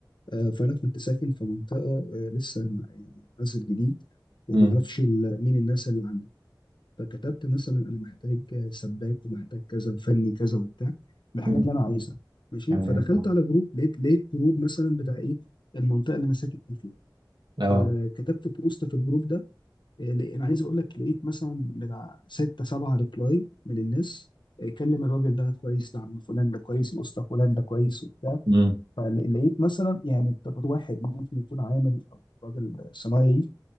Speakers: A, on the left; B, on the right.
A: آه، فانا كنت ساكن في منطقه آه، لسه مع- يعني عزل جديد وما
B: امم
A: اعرفش ال- مين الناس اللي عندي فكتبت مثلا انا محتاج آه، سباك ومحتاج كذا وفني كذا وبتاع بالحاجات
B: امم.
A: اللي انا عايزها ماشي
B: تمام
A: فدخلت
B: اه
A: على جروب لقيت لقيت جروب مثلا بتاع ايه المنطقه اللي انا ساكن فيها
B: اه
A: فكتبت بوست في الجروب ده آه، لق- انا عايز اقول لك لقيت مثلا بتاع ستة سبعة ريبلاي من الناس آه، كلم الراجل ده كويس ده عم فلان ده كويس الاسطى فلان ده كويس
B: امم
A: فلقيت مثلا يعني طب واحد ممكن يكون عامل او راجل صنايعي